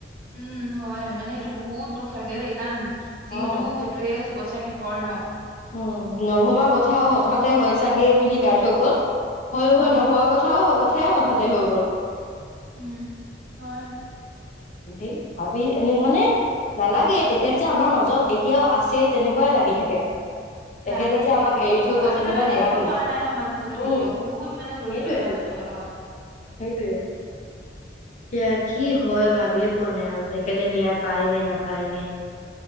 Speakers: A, on the right; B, on the left.
A: উম হয় মানে সেইটো বহুত দুখ লাগে দেই কাৰণ যিহেতু
B: অ
A: সেইটোয়ে চবতছে শেষৰ ন
B: উম নভবা কথাও হঠাতে হয় চাগে বুলি গাই থৈ গল হয়
A: উম,
B: হয় নভবা কথাও হয় কথা ও হঠাতে হৈ গ'ল
A: উম হয়
B: ই ভাবি এনে মানে নালাগেই তেখেত যে আমাৰ মাজত এতিয়াও আছে তেনেকুৱাই লাগি থাকে তেখেতে
A: লাগে
B: যে আমাক
A: তেনেকুৱা
B: এৰি থৈ গ'ল
A: আমি
B: তেনেকুৱা
A: মানে
B: নালাগেই
A: এৰিব পৰা নাই ন মানুহজনক
B: উম
A: এতিয়াও বহুত মানে জড়িত
B: সেইটোয়েতো
A: হৈ আছো তেওঁৰ লগত
B: সেইটোয়ে এতিয়া কি হয় ভাবিয়ে পোৱা নাই আৰু তেখেতে ন্যায় পায় নে নাপায় নে